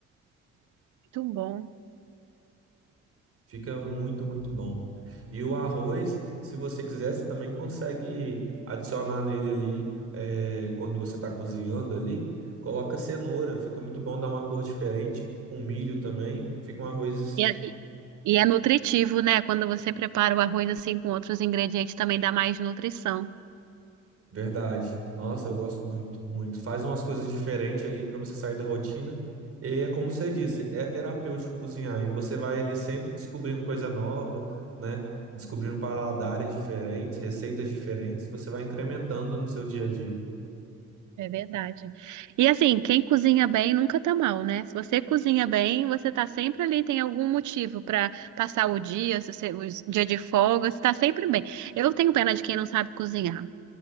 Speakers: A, on the right (about 75°); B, on the right (about 50°).
A: Muito bom.
B: Fica muito, muito bom. E o arroz, se você quiser, você também consegue adicionar nele ali, eh, quando você está cozinhando ali, coloca cenoura, fica muito bom, dá uma cor diferente. Com milho também, fica um arroz
A: E é, e e é nutritivo, né? Quando você prepara o arroz assim com outros ingredientes, também dá mais nutrição.
B: Verdade. Nossa, eu gosto muito, muito. Faz umas coisas diferentes ali para você sair da rotina. E é como você disse, é terapêutico cozinhar. E você vai ali sempre descobrindo coisa nova, né? Descobrindo paladares diferentes, receitas diferentes. Você vai incrementando no seu dia a dia.
A: É verdade. E assim, quem cozinha bem nunca tá mal, né? Se você cozinha bem, você tá sempre ali, tem algum motivo pra passar o dia, se você, o dia de folga, você tá sempre bem. Eu tenho pena de quem não sabe cozinhar,